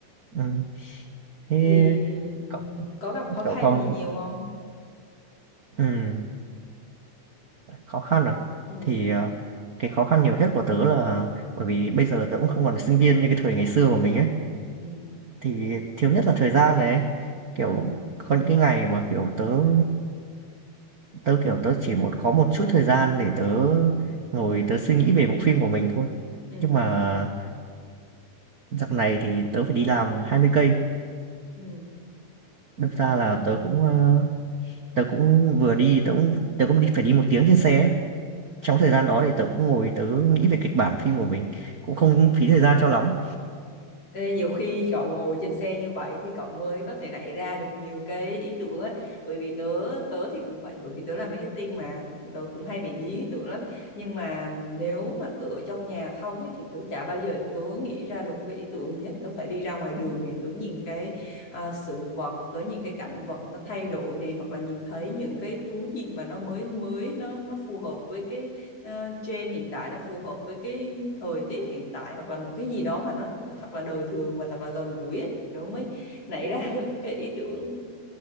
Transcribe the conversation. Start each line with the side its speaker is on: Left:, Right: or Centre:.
Right: ừm, thế
Left: thì
Right: cậu
Left: có gặp khó khăn
Right: cậu còn
Left: gì nhiều không
Right: ừm, khó khăn à?
Left: ừ
Right: Thì ờ, cái khó khăn nhiều nhất của tớ là bởi vì bây giờ tớ cũng không còn là sinh viên như cái thời ngày xưa của mình ấy
Left: ừ
Right: thì thiếu nhất là thời gian này ấy. Kiểu
Left: ừ
Right: có những cái ngày mà kiểu tớ Tớ, kiểu, tớ chỉ một có một chút thời gian để tớ ngồi tớ suy nghĩ về bộ phim của mình thôi.
Left: ừ
Right: Nhưng mà dạo này thì tớ phải đi làm 20 cây,
Left: ừ
Right: đâm ra là
Left: Ai,
Right: tớ cũng, ơ, tớ cũng vừa đi tớ cũng tớ cũng đi phải đi một tiếng trên xe ấy. Trong thời
Left: ừ.
Right: gian đó thì tớ cũng ngồi tớ nghĩ về kịch bản phim của mình, cũng
Left: Ừ.
Right: không phí thời gian cho lắm.
Left: Ê, nhiều khi cậu ngồi trên xe như vậy thì cậu mới có thể nảy ra được nhiều cái ý tưởng ấy. Bởi vì tớ tớ thì cũng vậy bởi vì tớ làm marketing mà tớ cũng hay bị bí ý tưởng lắm nhưng mà nếu mà cứ ở trong nhà không ấy, thì tớ chả bao giờ tớ nghĩ ra được một cái ý tưởng gì hết tớ phải đi ra ngoài đường này tớ nhìn cái à, sự vật tớ nhìn cái cảnh vật nó thay đổi này hoặc là nhìn thấy những cái thứ gì mà nó mới mới nó nó phù hợp với cái uh, trend hiện tại nó phù hợp với cái thời tiết hiện tại hoặc là một cái gì đó mà nó nó thật là đời thường và thật là gần gũi ấy, thì tớ mới nảy ra được cái ý tưởng